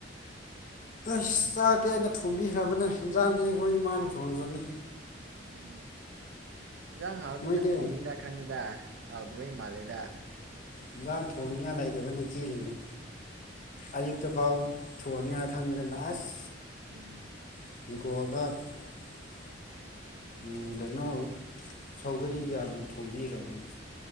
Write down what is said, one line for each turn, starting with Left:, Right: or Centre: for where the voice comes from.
Left: ꯑꯁ ꯆꯥꯛꯇꯤ ꯑꯩꯅ ꯊꯣꯡꯕꯤꯈ꯭ꯔꯕꯅꯦ ꯍꯤꯟꯖꯥꯡꯗꯤ ꯑꯩꯈꯣꯏ ꯏꯃꯥꯅ ꯊꯣꯡꯖꯅꯤ
Right: ꯎꯝ ꯏꯟꯖꯥꯡ ꯍꯥꯎꯔꯗꯤ
Left: ꯅꯣꯏꯗꯤ
Right: ꯅꯪ ꯊꯣꯡꯅꯤꯗ ꯈꯪꯉꯤꯗ ꯍꯥꯎꯗꯕꯩ ꯃꯥꯜꯂꯦꯗꯥ
Left: ꯏꯟꯁꯥꯡ ꯊꯣꯡꯅꯤꯡꯉꯥꯏ ꯂꯩꯇꯗꯅ ꯆꯦꯜꯂꯤꯅꯤ ꯑꯌꯨꯛꯇ ꯐꯥꯎ ꯊꯣꯡꯅꯤꯡꯉꯥꯏ ꯈꯪꯗꯅꯥ ꯑꯁ
Right: ꯎꯝ
Left: <unintelligible> ꯎꯝ ꯀꯩꯅꯣ ꯁꯧꯒꯔꯤ
Right: ꯎꯝ
Left: ꯒ ꯑꯂꯨ ꯊꯣꯝꯕꯤꯈ꯭ꯔꯕꯅꯦ